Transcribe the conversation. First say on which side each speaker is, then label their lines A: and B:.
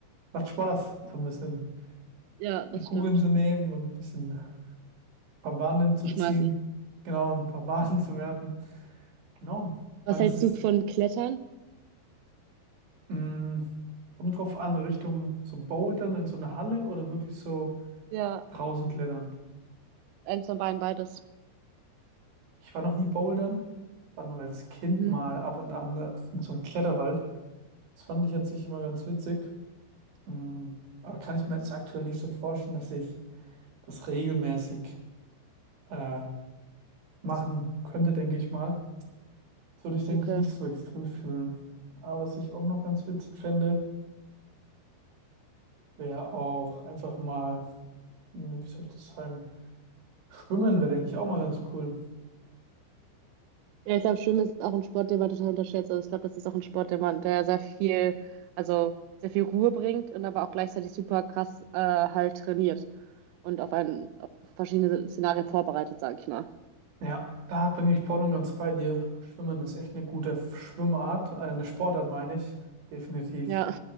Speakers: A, on the right (about 65°); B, on the right (about 85°).
A: macht Spaß, so ein bisschen
B: Ja, das
A: die Kugeln
B: stimmt.
A: zu nehmen und ein bisschen ein paar Bahnen zu
B: Zu Schmeißen.
A: ziehen. Genau, ein paar <laughs> Bahnen zu werfen. Genau. Ich
B: Was
A: meine,
B: hältst
A: es ist,
B: du von Klettern?
A: mh, kommt drauf an, Richtung so Bouldern in so eine Halle oder wirklich so
B: Ja,
A: draußen klettern.
B: eins von beiden, beides.
A: Ich war noch nie bouldern. Ich war nur als Kind
B: Mhm.
A: mal ab und an äh, in so einem Kletterwald. Das fand ich an sich immer ganz witzig. Mm, Aber kann ich mir jetzt aktuell nicht so vorstellen, dass ich das regelmäßig äh, machen könnte, denke ich mal. Das würde ich, denke
B: Okay.
A: ich, nicht so extrem fühlen. Aber was ich auch noch ganz witzig fände, wäre auch einfach mal, hm, wie soll ich das sagen, schwimmen wäre, denke ich, auch mal ganz cool.
B: Ja, ich glaube, Schwimmen ist auch ein Sport, den man total unterschätzt. Also ich glaube, das ist auch ein Sport, der man, der sehr viel, also sehr viel Ruhe bringt und aber auch gleichzeitig super krass äh, halt trainiert und auf einen auf verschiedene Szenarien vorbereitet, sage ich mal.
A: Ja, da bin ich voll und ganz bei dir. Schwimmen ist echt eine gute Schwimmart, äh, eine Sportart meine ich, definitiv.
B: Ja.